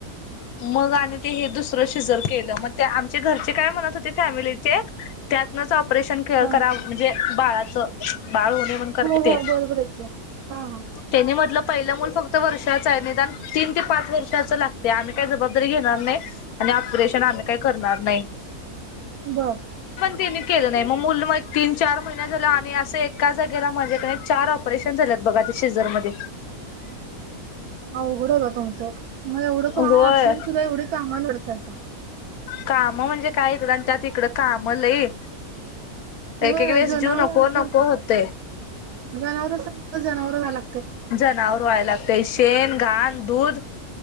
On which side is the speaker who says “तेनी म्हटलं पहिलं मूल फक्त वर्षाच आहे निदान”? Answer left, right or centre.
Left